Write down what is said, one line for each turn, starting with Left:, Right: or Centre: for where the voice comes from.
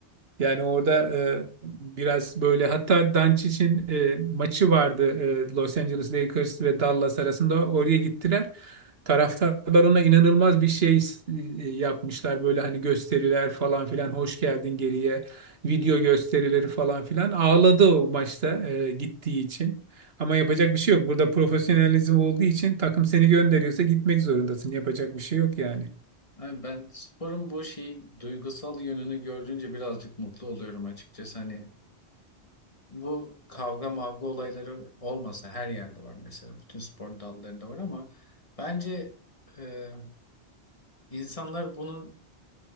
Right: Yani orada e, biraz böyle hatta Doncic'in e, maçı vardı e, Los Angeles Lakers ve Dallas arasında oraya gittiler. Taraftarlar ona inanılmaz bir şey e, yapmışlar böyle hani gösteriler falan filan hoş geldin geriye video gösterileri falan filan ağladı o maçta e, gittiği için. Ama yapacak bir şey yok. Burada profesyonelizm olduğu için takım seni gönderiyorsa gitmek zorundasın. Yapacak bir şey yok yani.
Left: Yani ben sporun bu şeyi duygusal yönünü gördüğünce birazcık mutlu oluyorum açıkçası. Hani bu kavga mavga olayları olmasa her yerde var mesela. Bütün spor dallarında var ama bence e, insanlar bunun